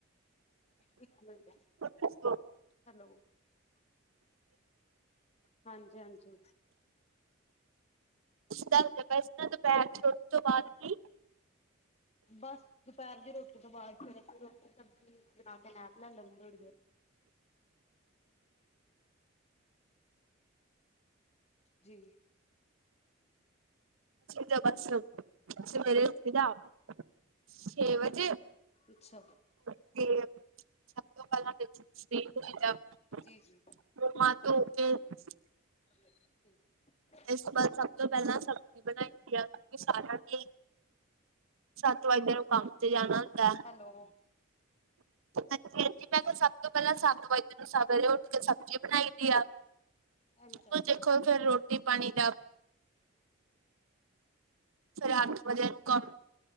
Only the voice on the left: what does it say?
ਇੱਕ ਮਿੰਟ
ਹੈਲੋ ਹਾਂਜੀ-ਹਾਂਜੀ।
ਬਾਸ ਦੁਪਹਿਰ ਦੀ ਰੋਟੀ ਤੋਂ ਬਾਅਦ ਫਿਰ ਰੋਟੀ ਸਬਜ਼ੀ ਬਣਾ ਕੇ ਨੈਪ ਲੈ ਲੈਂਦੇ ਥੋੜੀ ਦੇਰ। ਜੀ
ਅੱਛਾ
ਜੀ-ਜੀ।
ਹੁੰ
ਹੈਲੋ।
ਜੀ,
ਇਹ ਨੀ
ਚੱਲ ਰਿਹਾ।